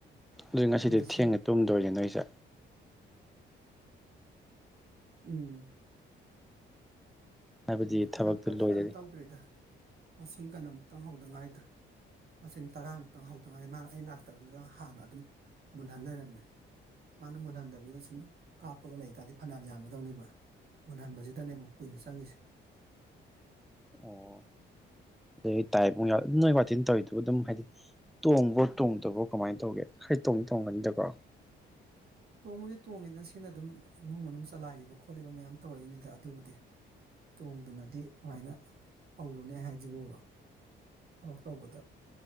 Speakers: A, in the centre; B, on the right.
A: ꯑꯗꯨ ꯉꯁꯤꯗꯤ
B: ꯃꯁꯤꯡ
A: ꯊꯦꯡꯅ ꯇꯨꯝꯗꯣꯏꯁꯦ ꯅꯣꯏꯁꯦ
B: ꯎꯝ
A: ꯍꯥꯏꯕꯗꯤ
B: ꯎꯝ
A: ꯊꯕꯛꯇꯨ
B: ꯌꯥꯝ ꯀꯟꯅ
A: ꯂꯣꯏꯔꯗꯤ
B: ꯀꯟꯅ ꯇꯧꯗ꯭ꯔꯤꯗ ꯃꯁꯤꯡ ꯀꯩꯅꯣꯃꯨꯛꯇꯪ ꯍꯧꯗꯉꯥꯏꯗ ꯃꯁꯤꯡ ꯇꯔꯥꯃꯨꯛꯇꯪ ꯍꯧꯗꯉꯥꯏꯗꯤ ꯃꯥꯅ ꯑꯩ ꯂꯥꯛꯇꯕꯗꯨꯗ ꯍꯥꯟꯅ ꯑꯗꯨꯝ ꯃꯨꯜꯍꯟ ꯂꯩꯔꯝꯃꯦ ꯃꯥꯅ ꯃꯨꯜꯍꯟꯗꯕꯤꯒꯤꯗ ꯁꯨꯝ ꯀꯥꯞꯄꯒ ꯂꯩ ꯇꯥꯔꯗꯤ ꯐꯅꯌꯥꯝ ꯌꯥꯝꯃꯗꯧꯅꯦꯕ ꯃꯨꯟꯍꯟꯕꯁꯤꯗꯅꯦꯨꯛ ꯀꯨꯏꯅ ꯆꯪꯉꯤꯁꯦ
A: ꯑꯣ ꯑꯗꯨ ꯇꯥꯏꯕ ꯅꯣꯏ ꯋꯥꯇꯤꯟ ꯇꯧꯔꯤꯗꯨ ꯑꯗꯨꯝ ꯍꯥꯏꯗꯤ ꯇꯣꯡꯕ ꯇꯣꯡꯗꯕ꯭ꯔꯣ ꯀꯃꯥꯏꯅ ꯇꯧꯒꯦ ꯈꯔ ꯇꯣꯡꯅꯤ ꯇꯣꯡꯒꯅꯤꯗꯀꯣ
B: ꯇꯣꯡꯕꯗꯤ ꯇꯣꯡꯉꯤꯗꯅ ꯁꯤꯅ ꯑꯗꯨꯝ ꯏꯃꯨꯡ ꯃꯅꯨꯡ ꯆꯂꯥꯏꯔꯤꯕ ꯈꯣꯠꯂꯤꯕ ꯃꯌꯥꯝ ꯇꯧꯔꯛꯏꯅꯤꯗ ꯑꯗꯨꯕꯨꯗꯤ ꯇꯣꯡꯗꯅꯗꯤ ꯀꯃꯥꯏꯅ ꯍꯧꯔꯨꯅꯦ ꯍꯥꯏꯁꯤꯕꯣꯕ ꯊꯕꯛ ꯇꯧꯕꯗ